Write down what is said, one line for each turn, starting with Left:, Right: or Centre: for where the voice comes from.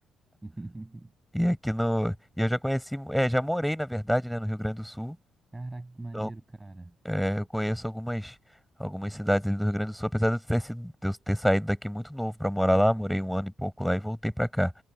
Right: <laughs>
Centre: E aqui no. E eu já conheci, é, já morei, na verdade, né, no Rio Grande do Sul.
Right: Caraca, que maneiro,
Centre: Então,
Right: cara.
Centre: É, eu conheço algumas, algumas cidades ali do Rio Grande do Sul, apesar de eu ter, sido, de eu ter saído daqui muito novo para morar
Right: Uhum,
Centre: lá, morei um ano e pouco lá e voltei para cá,